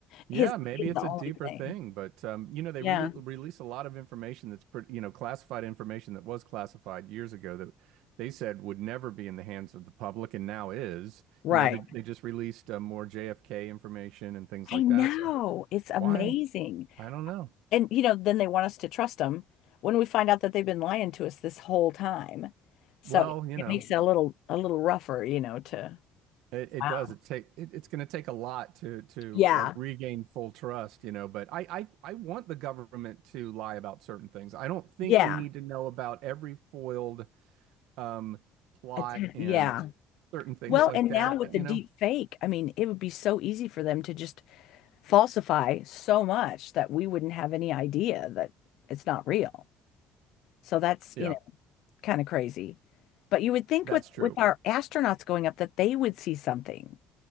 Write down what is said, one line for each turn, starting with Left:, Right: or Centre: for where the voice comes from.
Right: Yeah,
Left: His
Right: maybe
Left: is
Right: it's
Left: the
Right: a
Left: only
Right: deeper
Left: thing.
Right: thing, but um, you know, they
Left: Yeah,
Right: really release a lot of information that's pretty, you know, classified information that was classified years ago that they said would never be in the hands of the public and now is.
Left: right.
Right: You know, they, they just released uh, more JFK information and things
Left: I
Right: like
Left: know.
Right: that. So
Left: It's amazing.
Right: why? I don't know.
Left: And you know, then they want us to trust them when we find out that they've been lying to us this whole time. So
Right: Well, you
Left: it
Right: know,
Left: makes it a little a little rougher, you know, to
Right: it, it
Left: Wow.
Right: does. It take it, it's going to take a lot to to
Left: Yeah.
Right: like regain full trust, you know. But I, I I want the government to lie about certain things. I don't think
Left: Yeah.
Right: we need to know about every foiled um, plot
Left: Atta-
Right: and
Left: Yeah.
Right: certain things
Left: Well,
Right: like
Left: and
Right: that,
Left: now with the
Right: you
Left: deep
Right: know?
Left: fake, I mean, it would be so easy for them to just falsify so much that we wouldn't have any idea that it's not real. So that's,
Right: Yeah,
Left: you know, kind of crazy. But you would think
Right: that's
Left: with
Right: true.
Left: with our astronauts going up that they would see something.